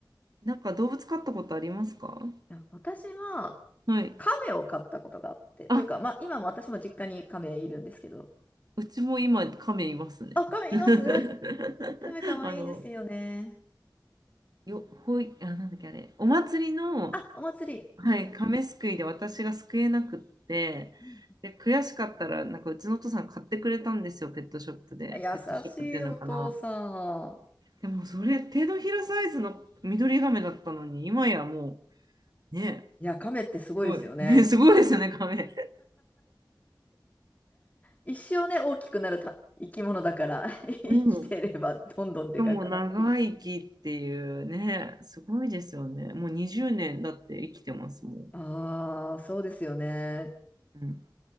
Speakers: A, on the right; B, on the left.
A: なんか動物飼ったことありますか
B: いや私は、
A: はい。
B: 亀を飼ったことがあって、というか、
A: あ、
B: まあ、今も私も実家に亀いるんですけど。
A: うちも今亀いますね。
B: あ、亀います
A: <laughs>
B: 亀かわいいですよね。
A: あの、よ、ほい、あ、なんだっけあれ、お祭りの、
B: あ、お祭り。
A: はい、
B: うん
A: 亀すくいで私が救えなくって、
B: うん
A: で、悔しかったら、なんかうちのお父さん買ってくれたんですよ、ペットショップで。
B: 優しいお父さん。
A: ペットショップっていうのかな。でもそれ、手のひらサイズの緑ガメだったのに、今やもう、ね、
B: いや、亀ってすごいですよね。
A: すごい。ね、すごいですよね、ガメ。
B: 一生ね、大きくなるた生き物だから、<laughs> 生きてればどんどんでかくなっていく。
A: うん。うんしも長生きっていうね、すごいですよね。もう20年だって生きてますもん。
B: ああ、そうですよね。
A: うん。